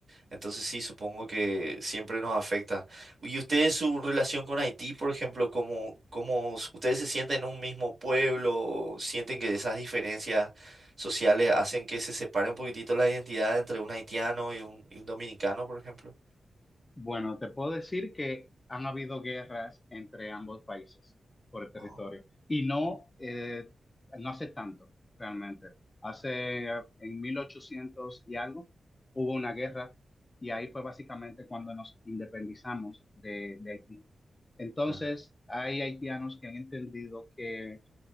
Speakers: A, on the right (about 45°); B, on the left (about 25°).
A: Entonces sí, supongo que siempre nos afecta. ¿Y ustedes su relación con Haití, por ejemplo, cómo, cómo s- ustedes se sienten en un mismo pueblo? o ¿Sienten que esas diferencias sociales hacen que se separe un poquitito la identidad entre un haitiano y un, y un dominicano, por ejemplo?
B: Bueno, te puedo decir que han habido guerras entre ambos países por el territorio
A: Ah,
B: y no, eh, no hace tanto realmente. Hace eh, en 1800 y algo hubo una guerra y ahí fue básicamente cuando nos independizamos de, de Haití. Entonces,
A: claro,
B: hay haitianos que han entendido que